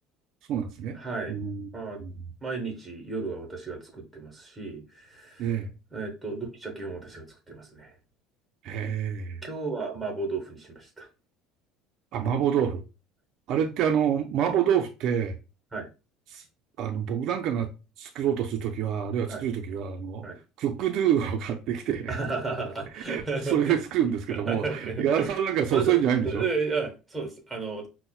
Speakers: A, on the right; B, in the centre.
A: そうなんですね。
B: はい。
A: うん。
B: まあ、
A: うん
B: 毎日夜は私が作ってますし、
A: え
B: えっと、土日は基本私が作ってますね。
A: え、ええ。
B: 今日は麻婆豆腐にしました。
A: あ、麻婆豆腐。あれってあの、麻婆豆腐って、
B: はい。
A: すあの、僕なんかが作ろうとするときは、あるいは作るときは、
B: はい。
A: あの、
B: はい。
A: クックドゥを買ってきて、
B: あ
A: <laughs> それで作るんですけども、
B: はいまだ
A: 井原さんなんかそうそういうんじゃないんでしょ
B: えいやそうです。あの、